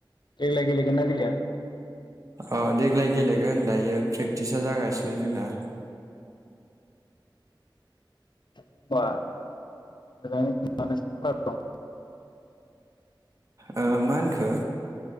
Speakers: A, on the left; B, on the right.
A: देग्लाय <inaudible>
B: औ देग्लाय गेलेगोन दायो प्रेक्टिसा जागासिनो जोंना।
A: <unintelligible>
B: ओ मा होनखो